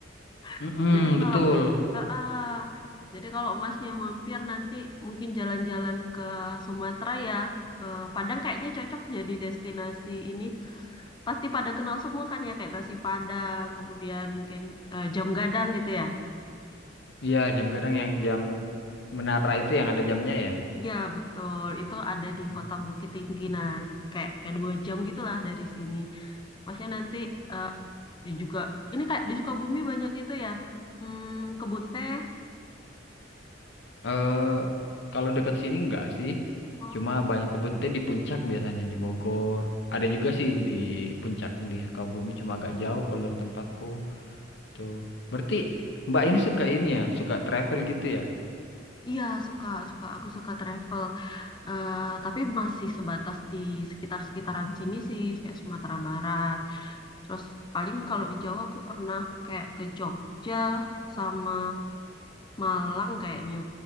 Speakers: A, on the left; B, on the left.
A: <laughs>
B: Mm-mm,
A: jadi kalau
B: betul.
A: eh, eh, jadi kalau Masnya mampir nanti mungkin jalan-jalan ke Sumatera ya eh, Padang kayaknya cocok jadi destinasi ini Pasti pada kenal semua kan ya kayak nasi Padang, kemudian mungkin eh, jam gadang gitu ya.
B: Iya, jam gadang yang jam menara itu yang ada jamnya ya.
A: Iya betul, itu ada di
B: Hmm.
A: Kota Bukit Tinggi. Nah, kayak kayak dua jam gitulah dari sini. Masnya nanti eh, juga ini kayak di Sukabumi banyak itu ya. Hmm, kebun teh.
B: Eh, kalau dekat sini enggak sih.
A: Oh,
B: Cuma
A: enggak.
B: banyak kebun teh di puncak biasanya di Bogor. Ada juga sih di puncak di Sukabumi cuma agak jauh kalau dari tempatku. Tuh. Berarti Mbak ini suka ini ya, suka travel gitu ya?
A: iya suka suka aku suka travel. Eh, tapi masih sebatas di sekitar-sekitaran sini sih, kayak Sumatera Barat. Terus paling kalau di Jawa aku pernah kayak ke Jogja sama Malang kayaknya.